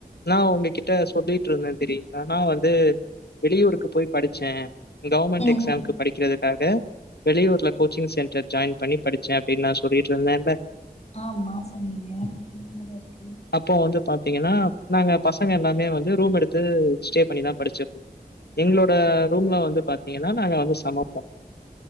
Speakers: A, on the left; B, on the left.
A: நா உங்க கி ட்ட சொல்லிட்ருந்த தெரியுங்ளா நா வந்து வெளியூருக்கு போய் படிச்ச கவர்மெண்ட்
B: ம்
A: எக்ஸாம்க்கு படிக்கிறதுக்காக வெளியூர்ல கோச்சிங் சென் டர்ல ஜாயின் பண்ணி படிச்சே அப்டின் நா சொல்லிட்ருந்தேன்ல
B: ஆமா சொன்னீங்க ஞாபகோ இருக்கு
A: அப்ப வந்து பாத்திங்கனா நாங்க பசங்க எல்லாமே வந்து ரூம் எடுத்து ஸ்டே பண்ணிதா படிச்சது எங்ளோட ரூம்ல வந்து பாத்திங்கனா நாங்க வந்து சமப்போ